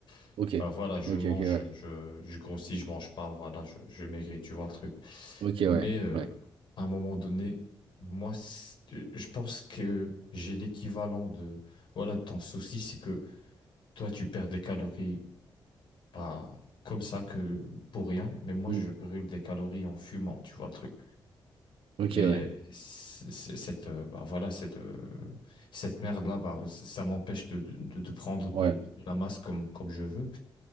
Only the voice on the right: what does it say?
Ok,
ok,
ok, ouais.
Ok,
ouais,
ouais.
Hmm.
Ok,
ouais,
ouais,